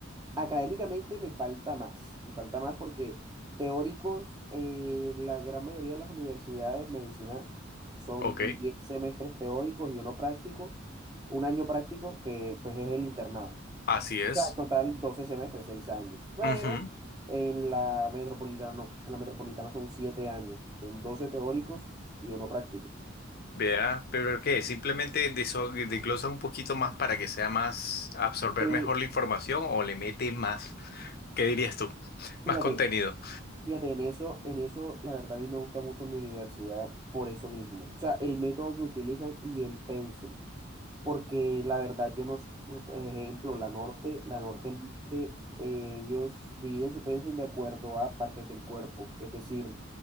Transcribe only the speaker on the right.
académicamente me falta más. Me falta más porque teóricos, eh, la gran mayoría de las universidades de medicina son
10 semestres teóricos y uno práctico, un año práctico que pues es el internado.
sea, en total 12 semestres, 6 años. Pero
en la metropolitana no. En la metropolitana son 7 años. Son 12 teóricos y uno práctico.
Eh,
fíjate,
fíjate, en eso, en eso, la verdad, a mí me gusta mucho mi universidad por eso mismo. O sea, el método que utilizan y el pensum. porque la verdad yo no, s- por ejemplo, la norte, la norte, eh, ellos dividen su pensum de acuerdo a partes del cuerpo, es decir,